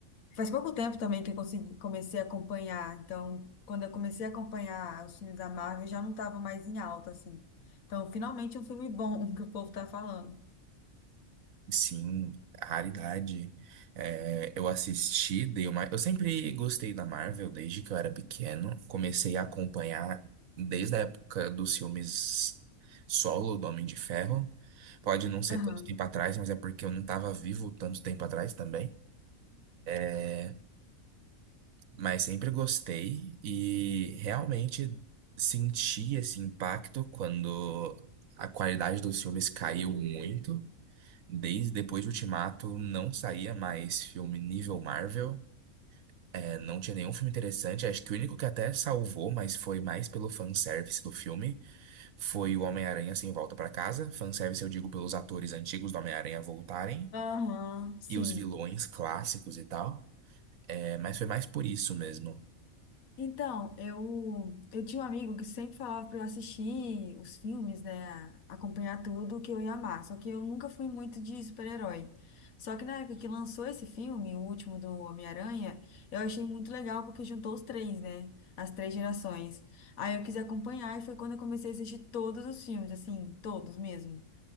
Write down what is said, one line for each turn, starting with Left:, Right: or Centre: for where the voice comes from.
Left: Faz pouco tempo também que eu consegui, comecei a acompanhar. Então, quando eu comecei a acompanhar os filmes da Marvel, já não estava mais em alta, assim. Então, finalmente um filme bom <laughs> que o povo tá falando.
Right: Sim, raridade. É, eu assisti, dei uma. Eu sempre gostei da Marvel desde que eu era pequeno. Comecei a acompanhar desde a época dos filmes solo do Homem de Ferro. Pode não ser
Left: Aham.
Right: tanto tempo atrás, mas é porque eu não tava vivo tanto tempo atrás também. É, mas sempre gostei e realmente senti esse impacto quando a qualidade dos filmes caiu muito. Desde depois de Ultimato não saía mais filme nível Marvel, É, não tinha nenhum filme interessante. Acho que o único que até salvou, mas foi mais pelo fanservice do filme, foi o Homem-Aranha Sem Volta pra Casa. Fanservice eu digo pelos atores antigos do Homem-Aranha voltarem
Left: Aham, sim.
Right: e os vilões clássicos e tal. É, mas foi mais por isso mesmo.
Left: Então, eu, eu tinha um amigo que sempre falava para eu assistir os filmes, né? Acompanhar tudo que eu ia amar. Só que eu nunca fui muito de super-herói. Só que na época que lançou esse filme, o último do Homem-Aranha, eu achei muito legal porque juntou os três, né? As três gerações. Aí eu quis acompanhar e foi quando eu comecei a assistir todos os filmes, assim, todos mesmo.